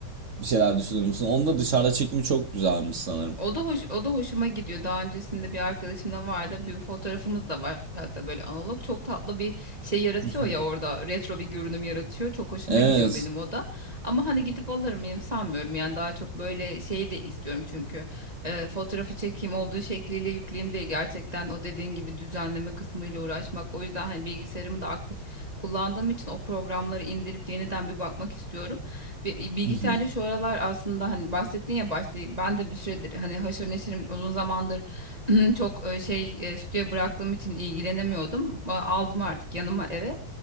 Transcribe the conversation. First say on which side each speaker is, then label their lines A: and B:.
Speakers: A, on the right (about 40°); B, on the right (about 20°).
A: bir şeyler düşünür müsün? Onun da dışarıda çekimi çok güzelmiş sanırım.
B: O da hoş, o da hoşuma gidiyor. Daha öncesinde bir arkadaşım da vardı. Bir fotoğrafımız da var. Hatta böyle analog çok tatlı bir şey yaratıyor
A: <laughs>
B: ya orada. Retro bir görünüm yaratıyor. Çok hoşuma
A: Evet.
B: gidiyor benim o da. Ama hani gidip alır mıyım sanmıyorum. Yani daha çok böyle şey de istiyorum çünkü. Ee, fotoğrafı çekeyim olduğu şekliyle yükleyeyim diye gerçekten o dediğin gibi düzenleme kısmıyla uğraşmak. O yüzden hani bilgisayarımı da aktif kullandığım için o programları indirip yeniden bir bakmak istiyorum. Bi- Bilgisayarda
A: <laughs>
B: şu aralar aslında hani bahsettin ya başta ben de bir süredir hani haşır neşirim uzun zamandır <clears throat> çok e, şey e, stüdyo bıraktığım için ilgilenemiyordum. A- Aldım artık yanıma eve.